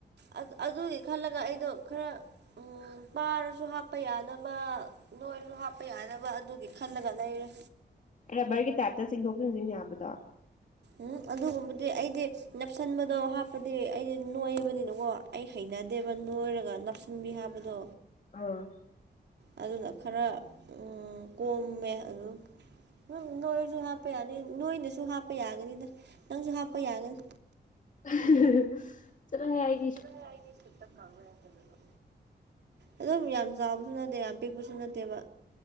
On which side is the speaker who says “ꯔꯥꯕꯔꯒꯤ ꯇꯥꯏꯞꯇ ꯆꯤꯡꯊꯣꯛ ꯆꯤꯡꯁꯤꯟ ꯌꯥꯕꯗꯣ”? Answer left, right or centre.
Left